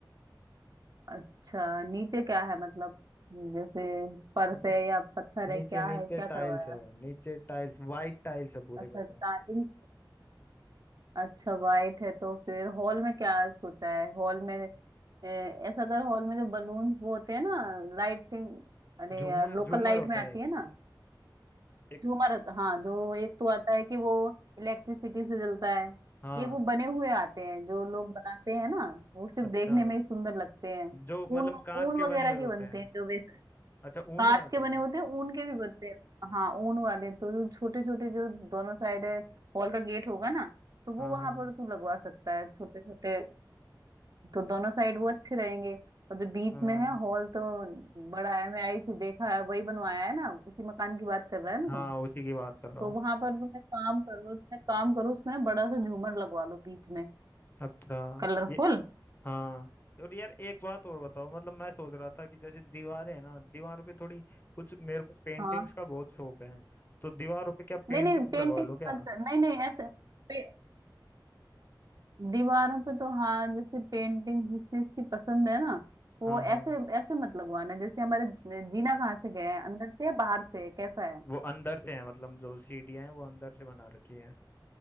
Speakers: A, on the right (about 50°); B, on the left (about 25°).
A: अच्छा नीचे क्या है मतलब जैसे फर्श
B: नी-
A: है या पत्थर है
B: नीचे
A: क्या
B: नीचे
A: है क्या करवाया
B: टाइल्स है नीचे टाइल्स वाइट टाइल्स है पूरे
A: अच्छा
B: घर
A: टाइल
B: में
A: अच्छा वाइट है तो फिर हॉल में क्या सोचा है हॉल में ए, ऐसा कर हॉल में जो बलून वो होते हैं ना लाइटिंग अरे
B: झूमर
A: यार लोकल
B: झूमर
A: लाइट
B: होता
A: में आती
B: है एक
A: है ना
B: एक
A: झूमर होता- हाँ जो एक तो आता है कि वो इलेक्ट्रिसिटी से जलता है
B: हाँ
A: एक वो बने हुए आते हैं जो लोग बनाते हैं ना वो सिर्फ
B: अच्छा
A: देखने में ही सुंदर लगते हैं
B: जो मतलब
A: ऊन
B: कांच
A: ऊन
B: के
A: वगैरह
B: बने हुए
A: के
B: होते
A: बनते
B: हैं
A: हैं जो वैसे
B: अच्छा ऊन
A: कांच
B: वाले
A: के बने
B: हैं
A: होते हैं ऊन के भी बनते हैं हाँ ऊन वाले तो जो छोटे छोटे जो दोनों साइड है हॉल का गेट होगा ना तो वो
B: हाँ
A: वहां
B: हाँ
A: पर तू लगवा सकता है छोटे छोटे तो दोनों साइड वो अच्छे रहेंगे और जो बीच
B: हाँ
A: में है हॉल तो बड़ा है मैं आई थी देखा है वही बनवाया है ना उसी मकान की बात कर रहा है ना
B: हाँ
A: तू
B: उसी की बात कर रहा
A: तो
B: हूँ
A: वहां पर तुम एक काम करो तुम एक काम करो उसमें ना बड़ा सा झूमर लगवा लो बीच में
B: अच्छा
A: कलरफुल
B: ये हाँ और यार एक बात और बताओ मतलब मैं सोच रहा था कि जैसे दीवारें हैं ना दीवारों पे थोड़ी कुछ मेरे को पेंटिंग्स
A: हाँ
B: का बहुत शौक है तो दीवारों पे क्या पेंटिंग्स
A: नहीं नहीं पेंटिंग
B: लगवा लो क्या
A: मत कर नहीं नहीं ऐसे पे, दीवारों पे तो हाँ जैसे पेंटिंग जिस चीज की पसंद है ना वो
B: हाँ
A: ऐसे
B: हाँ
A: ऐसे मत लगवाना जैसे हमारे जीना कहाँ से गया है अंदर से या बाहर से कैसा है
B: वो अंदर से है मतलब जो सीढ़ियाँ हैं वो अंदर से बना रखी है